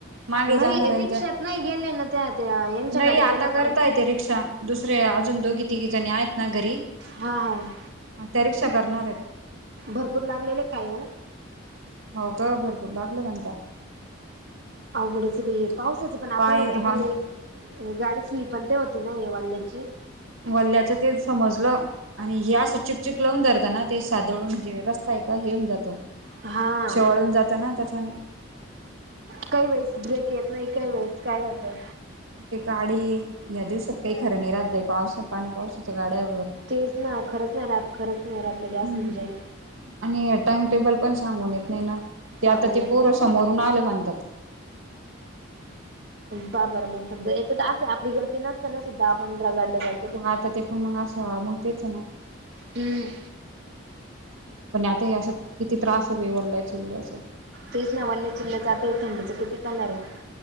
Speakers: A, on the right; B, on the right.
A: मागे
B: नाही
A: जाणाऱ्यांच्या
B: रिक्षात नाही गेले ना त्या त्या यांच्या
A: नाही
B: गाडीत
A: आता
B: गेले कोणाचे
A: करतायेत ते रिक्षा. दुसरे अजून दोघी तिघि जणी आहेत ना घरी.
B: हां हां...
A: त्या रिक्षा करणार आहेत.
B: भरपूर लागलेले काय ओ??
A: हो का भरपूर लागलं म्हणता.
B: अवघडच आहे बाई... पावसाचं पण आपण
A: पाय
B: म्हणतो
A: हा
B: पण हे गाडी स्लीपन ते होती ना ए वाल्ल्याची?
A: मल्याच तेचं समजलं. आणि हे असं चिकचिक लावून धरत ना ते सादळ म्हणजे रस्ता आहे का हे होऊन जातो
B: हा
A: शेवाळून जातं ना त्याच्याने.
B: काही वेळेस ब्रेक येत नाइ काही वेळेस काय होतं
A: ते गाडी ह्या दिवसात काई खरं नाई रात बाई पावसा पाण्या पावसाच गाड्यावर
B: तेच ना खरंच नाई रात खरंच नाइ रात लं गॅस
A: हम्म
B: म्हणजे
A: आणि टाइम टेबल पण सांगून येत नाई ना ते
B: सांगून
A: आता ते
B: येत
A: पोरं समोरून आले म्हणतात
B: बा बरं मग समजा याच्या तर असे आपली गलती नसताना सुद्धा आपण रगाडलं जात
A: मग आता ते पण मग असां मग तेचएना
B: हम्म
A: पण आता हे असं किती त्रासए बइ वल्या चिल्या
B: तेच न वल्या चिल्ल जातोय थंडीचं किती करणार आहे